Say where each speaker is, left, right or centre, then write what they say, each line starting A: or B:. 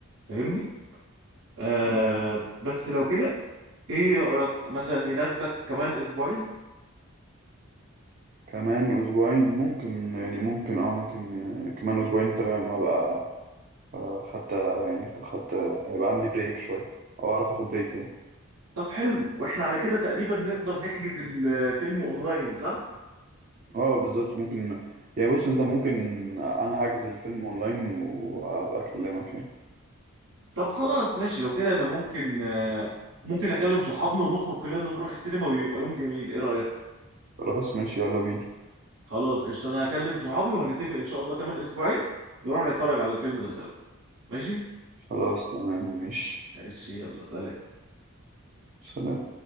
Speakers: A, on the right; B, on the right.
A: فاهمني آه
B: نايم
A: بس لو كده ايه رأيك مثلا يناسبك كمان اسبوعين
B: كمان اسبوعين ممكن يعني ممكن اه ممكن يعني كمان اسبوعين تمام هبقى آه، خدت يعني خدت هيبقى عندي بريك شوية او اعرف اخد بريك يعني
A: طب حلو واحنا على كده تقريبا نقدر نحجز الفيلم اونلاين صح
B: اه بالظبط ممكن يعني بص انت ممكن انا هحجز الفيلم اونلاين وابقى اكلمك يعني
A: طب خلاص ماشي لو كده انا ممكن آه ممكن اكلم صحابنا ونخرج كلنا نروح السينما ويبقى يوم جميل ايه رأيك
B: خلاص ماشي يلا بينا
A: خلاص قشطة انا هكلم صحابي وهنتفق ان شاء الله كمان اسبوعين نروح نتفرج على الفيلم ده سوا ماشي
B: خلاص تمام ماشي
A: ماشي يلا سلام
B: سلام